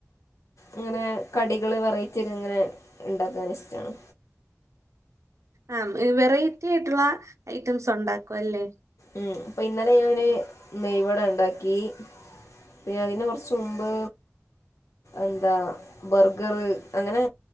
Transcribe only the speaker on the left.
അങ്ങനെ കടികള് വെറൈറ്റിയൊക്കെ ഇങ്ങനെ ഉണ്ടാക്കാൻ ഇഷ്ടാണ്
ഉം അപ്പൊ ഇന്നലെ ഞാന് നെയ് വട ഉണ്ടാക്കി പിന്നെ അതിന് കൊറച്ച് മുമ്പ് എന്താ ബർഗറ് അങ്ങനെ